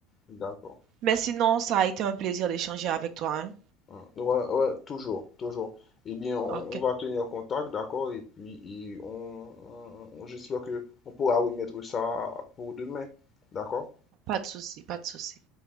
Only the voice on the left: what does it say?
Mhm, d'accord.
Hmm. Ouais, ouais, toujours, toujours. Eh bien, on,
on va tenir contact, d'accord? Et puis, et on, on- on- j'espère que on pourra remettre ça pour demain, d'accord?